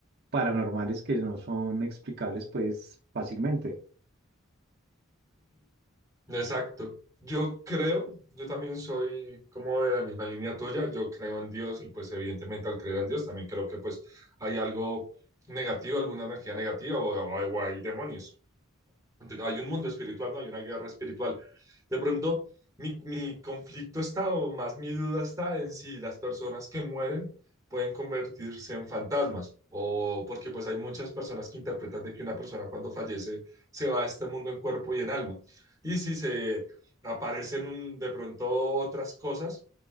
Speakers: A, on the right; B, on the right.
A: paranormales que no son explicables pues fácilmente.
B: Exacto. Yo creo, yo también soy como de la misma línea tuya, yo creo en Dios y pues evidentemente al creer en Dios también creo que pues hay algo negativo, alguna energía negativa o, o hay o hay demonios. Entonces, hay un mundo espiritual, ¿no? Hay una guerra espiritual. De pronto, mi, mi conflicto está, o más mi duda está en si las personas que mueren pueden convertirse en fantasmas, o porque pues hay muchas personas que interpretan de que una persona cuando fallece se va a este mundo en cuerpo y en alma. Y si se aparecen de pronto otras cosas